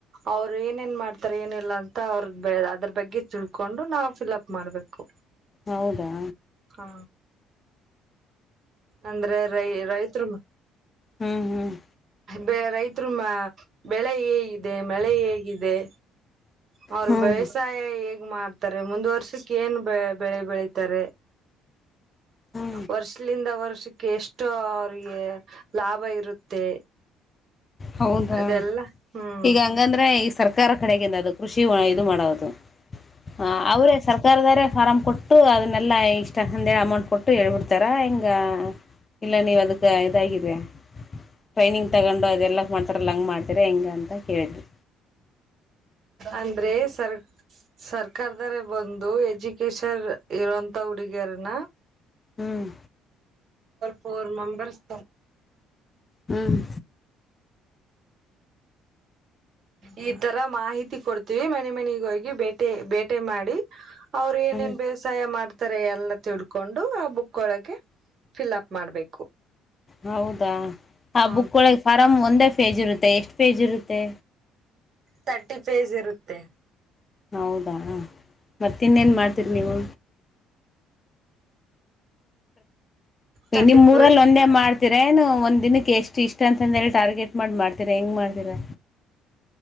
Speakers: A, on the right; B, on the left.
A: ಅವ್ರು ಏನೇನ್ ಮಾಡ್ತಾರೆ ಏನಿಲ್ಲ ಅಂತ ಅವ್ರ ಅದ್ರ ಬಗ್ಗೆ ತಿಳ್ಕೊಂಡು ನಾವವು ಫಿಲ್ಅಪ್ ಮಾಡ್ಬೇಕು
B: ಹೌದಾ
A: ಹಾ ಅಂದ್ರೆ ರೈ ರೈತರು ಮ
B: ಹ್ಮ್ ಹ್ಮ್
A: ಬೆ ರೈತರು ಮಾ ಬೆಳೆ ಹೇಗಿದೆ ಮಳೆ ಹೇಗಿದೆ ಅವರು
B: ಹ್ಞೂ
A: ವ್ಯವಸಾಯ ಹೇಗ್ ಮಾಡ್ತಾರೆ ಮುಂದ್ ವರ್ಷಕ್ಕೆ ಏನ್ ಬೆ ಬೆಳೆ ಬೆಳತ ರೆ
B: ಹ್ಞೂ
A: ವರ್ಷ ಒಂದ ವರ್ಷಕ್ಕೆ ಎಷ್ಟೋ ಅವಿಗೆ ಲಾಭ ಇರುತ್ತೆ
B: ಹೌದಾ
A: ಅದೆಲ್ಲ ಹ್ಮ್
B: ಈಗ ಹಂಗಂದ್ರೆ ಈ ಸರ್ಕಾರ ಕಡೆಗಿಂದ ಅದು ಕೃಷಿ ಇದು ಮಾಡೋದು ಹಾ ಅವ್ರೇ ಸರ್ಕಾರದಾರ ಫಾರಂ ಕೊಟ್ಟು ಅದನ್ನೆಲ್ಲ ಇಷ್ಟ ಅಂದಿ ಅಮೌಂಟ್ ಕೊಟ್ಟು ಹೇಳ್ಬಿಡ್ತಾರ ಹಿಂಗ ಇಲ್ಲ ನೀವ್ ಅದಕ್ಕ ಇದಾಗ್ರ ಟ್ರೈನಿಂಗ್ ತಗೊಂಡು ಅದೆಲ್ಲ ಮಾಡ್ತಾರಲ್ಲ ಹಂಗ್ ಮಾಡ್ತೀರಾ ಹೆಂಗ ಅಂತ ಕೇಳಿದ್ವಿ
A: ಅಂದ್ರೆ ಸರ್ ಸರ್ಕಾರದಾರ ಬಂದು ಎಜುಕೇಶನ್ ಇರೋಂತ ಹುಡುಗಿಯರನ
B: ಹ್ಮ್
A: ಫೋರ್ ಮಂಬರ್ಸ್
B: ಹ್ಮ್
A: ಈ ತರ ಮಾಹಿತಿ ಕೊಡ್ತೀವಿ ಮನೆ ಮನೆಗ ಹೋಗಿ ಬೇಟೆ ಬೇಟೆ ಮಾಡಿ ಅವ್ರ ಏನೇನ್
B: ಹ್ಮ್
A: ವ್ಯವಸಾಯ ಮಾಡ್ತಾರೆ ಈ ತರ ಎಲ್ಲ ತಿಡ್ಕೊಂಡು ಆ ಬುಕ್ ಒಳಗೆ ಫಿಲ್ಅಪ್ ಮಾಡ್ಬೇಕು
B: ಹೌದಾ ಆ
A: ಹೌದು
B: ಬುಕ್ ಒಳಗೆ ಫಾರಂಒಂದೇ ಪೇಜ್ ಇರುತ್ತೆ ಎಷ್ಟ್ ಪೇಜ್ ಇರುತ್ತೆ
A: ತರ್ಟಿ ಪೇಜ್ ಇರುತ್ತೆ
B: ಹೌದಾ ಮತ್ತನ್ನ ನ್ ಮಾಡ್ತೀರಿ ನೀವು
A: ತರ್ಟಿ
B: ನಿಮ್ರಲ್ಲಿ
A: ಫೈ
B: ಒಂದೇ ಮಾಡ್ತ ರನು ಒಂದ್ ದಿನಕ್ಕೆ ಎಷ್ಟು ಇಷ್ಟ ಅಂತಂದೇಳಿ ಟಾರ್ಗೆಟ್ ಮಾಡಿ ಮಾಡ್ತೀರಾ ಹೆಂಗ್ ಮಾಡ್ತೀರಾ